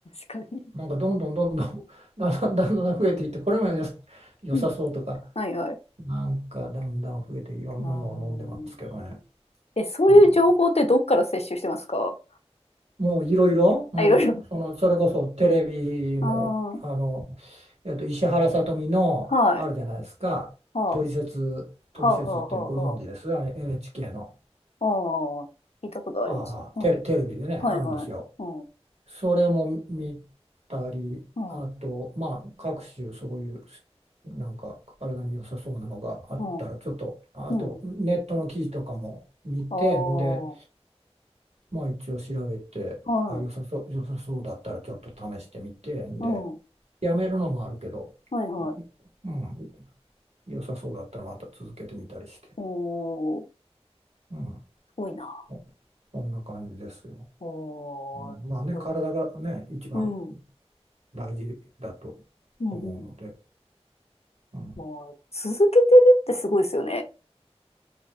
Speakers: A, on the left; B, on the right.
A: 確かに。
B: なんかどんどんどんどん <laughs> だんだんだんだん増えていって、これもよ良さそうとか、
A: うん。はいはい。
B: なんかだんだん増えていろんなのを飲んでますけどね。
A: うーん。え、そういう情報ってどっから摂取してますか
B: うんもういろいろ、もうそのそれこそテレビもあの、
A: あ、いろいろ。あ
B: えっと、石原さとみのあるじゃないですか「トリセツ」「トリセツ」ってご存知ですあれ
A: あ、はい。はあ、はあ、はあ、はあ、
B: NHK の
A: はあ。ああ、聞いたことあります。
B: ああテレ、
A: うん。
B: テレビでねあるんですよ。
A: はいはい。うん。
B: それも見たりあとまあ各種そういう
A: うん。
B: なんか体に良さそうなのがあったらちょっとあとネットの記事とかも見てんで
A: うん。うん。ああ、
B: まあ一応調べて、
A: はい。
B: あ、良さそう、良さそうだったらちょっと試してみて、
A: うん。
B: で、やめるのもあるけど、
A: はいはい。
B: いうん、良さそうだったらまた続けてみたりして、
A: おー、
B: うん、
A: すごいな。
B: そそんな感じですよ。
A: おー、
B: うん、
A: すごい。
B: まあね、体がね、一番
A: うん。うん
B: 大事だと
A: うん
B: 思うので、うん、
A: もう、続けてるってすごいですよね。